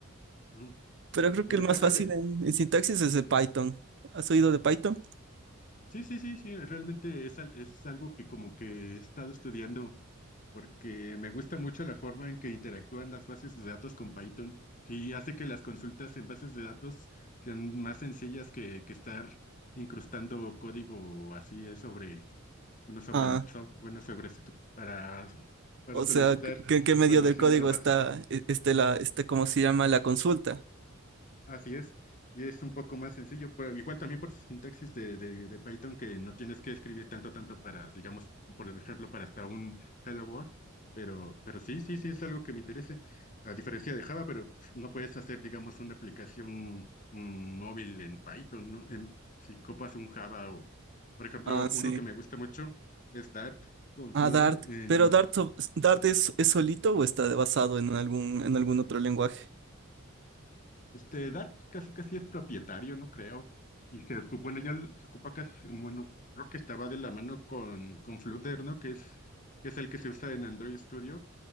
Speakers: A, on the left; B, on the right.
A: ujú.
B: Pero creo
A: La
B: que
A: ventaja
B: el más fácil
A: de...
B: en, en sintaxis es el Python. ¿Has oído de Python?
A: Sí, sí, sí, sí, realmente es, al- es algo que como que he estado estudiando porque me gusta mucho la forma en que interactúan las bases de datos con Python y hace que las consultas en bases de datos sean más sencillas que, que estar incrustando código así es sobre, bueno, sobre
B: Ah,
A: el software, bueno, sobre, su- para, para
B: O
A: solicitar
B: sea, ¿qué- ¿en qué,
A: información
B: medio del código
A: de la base.
B: está, e- este, la, este, cómo se llama, la consulta?
A: Así es, y es un poco más sencillo, pero igual también por su sintaxis de, de, de Python, que no tienes que escribir tanto, tanto para, digamos, por ejemplo, para hasta un hello world, pero, pero sí, sí, sí es algo que me interese, a diferencia de Java, pero no puedes hacer, digamos, una aplicación mm, móvil en Python, ¿no? En- si copas un Java o, por ejemplo,
B: Ah,
A: uno
B: sí.
A: que me gusta mucho es Dart con
B: Ah,
A: Flutter
B: Dart.
A: en,
B: Pero Dart, so- Dart es, es solito o está basado en algún, en algún otro lenguaje?
A: Este, Dark pues, casi casi es propietario, no creo. Y se ocupa, bueno, ya l- se ocupa casi, bueno, creo que estaba de la mano con, con Flutter, ¿no? Que es, que es el que se usa en Android Studio